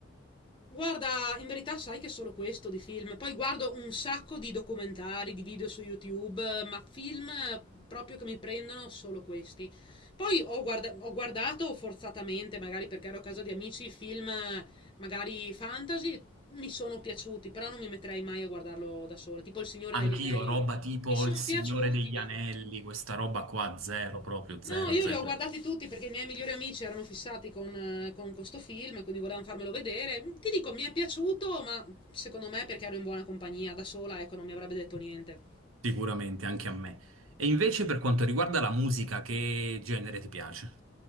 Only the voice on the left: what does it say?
Guarda, in verità sai che è solo questo di film. Poi guardo un sacco di documentari, di video su YouTube, ma film eh, proprio che mi prendono solo questi. Poi ho, guarda- ho guardato forzatamente, magari perché ero a casa di amici, film eh, magari fantasy, mi sono piaciuti, però non mi metterei mai a guardarlo da sola, tipo Il Signore
degli Anelli.
Mi sono
piaciuti,
ma...
No, io
li ho guardati tutti perché i miei migliori amici erano fissati con, eh, con questo film, quindi volevano farmelo vedere. Ti dico, mi è piaciuto, ma secondo me perché ero in buona compagnia, da sola, ecco, non mi avrebbe detto niente.